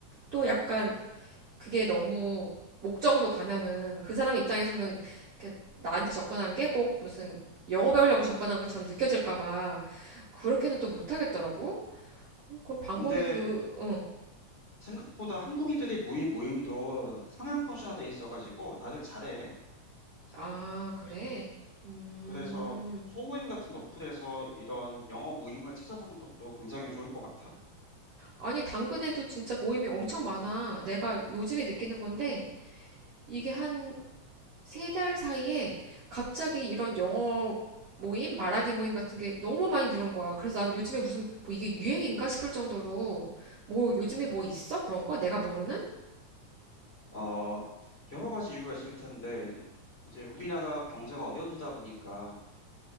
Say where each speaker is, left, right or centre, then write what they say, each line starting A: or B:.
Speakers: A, on the right; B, on the left.
A: 또 약간 그게 너무 목적으로 가면은 그 사람 입장에서는 이렇게 나한테 접근한 게 꼭 무슨 영어 배우려고 접근한 것처럼 느껴질까 봐 그렇게는 또 못하겠더라고. 그럼, 그럼 방법이
B: 근데
A: 그, 응.
B: 생각보다 한국인들이 모임 모임도 상향 편준화돼 있어가지고 다들 잘해.
A: 아, 그래? 음.
B: 그래서 소모임 같은 어플에서 이런 영어 모임을 찾아보는 것도 굉장히 좋을 것 같아.
A: 아니, 당근에도 진짜 모임이 엄청 많아. 내가 요즘에 느끼는 건데 이게 한 세 달 사이에 갑자기 이런 영어 모임, 말하기 모임 같은 게 너무 많이 늘은 거야. 그래서 난 요즘에 무슨 뭐 이게 유행인가 싶을 정도로 뭐 요즘에 뭐 있어? 그런 거? 내가 모르는?
B: 어, 여러 가지 이유가 있을 텐데 이제 우리나라 경제가 어려워지다 보니까